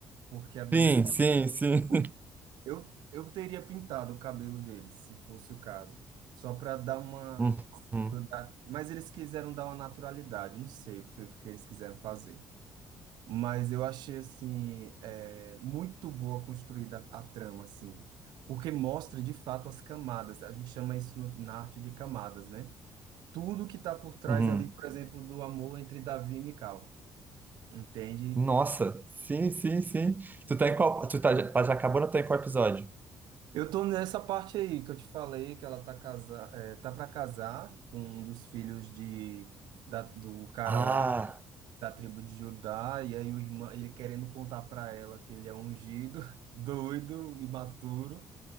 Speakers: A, on the right (about 75°); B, on the right (about 25°).
A: porque a Bíblia
B: Sim,
A: fala
B: sim, sim.
A: ruivo. Eu, eu teria pintado o cabelo dele, se fosse o caso, só para dar uma.
B: <laughs> Uhum,
A: dar- Mas eles quiseram dar uma naturalidade, não sei o que foi que eles quiseram fazer mas eu achei assim é, muito boa construída a, a trama assim, porque mostra de fato as camadas. A gente chama isso no- na arte de camadas, né? Tudo que está por trás
B: uhum.
A: ali, por exemplo, do amor entre Davi e Mical, entende?
B: Nossa, sim, sim, sim. Tu tá em qual? Tu tá, já já acabou, não tá em qual episódio?
A: Eu tô nessa parte aí que eu te falei que ela tá casa, é, tá para casar com um dos filhos de da, do cara
B: Ah.
A: lá da tribo de Judá e aí o irmão ele querendo contar para ela que ele é ungido, <laughs> doido, imaturo.